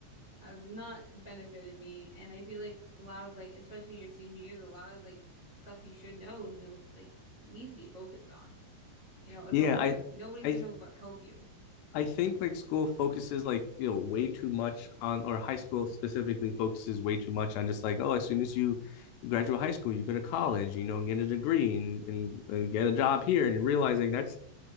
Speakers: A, on the right (about 80°); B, on the left (about 80°).
A: has not benefited me. And I feel like a lot of like, especially your senior years, a lot of like stuff you should know, no, like needs to be focused on. You know, adulthood,
B: Yeah. I,
A: nobody's
B: I
A: gonna v- help you.
B: I think like school focuses like you know way too much on or high school specifically focuses way too much on just like oh as soon as you graduate high school you go to college you know and get a degree and, and, and get a job here and you're realizing that's